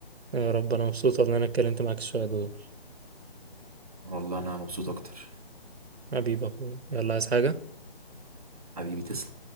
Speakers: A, on the right; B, on the right.
A: يا رب انا مبسوط والله إن انا اتكلمت معاك شوية دول
B: والله انا مبسوط اكتر
A: حبيبي يا اخويا يلا عايز حاجة
B: حبيبي تسلم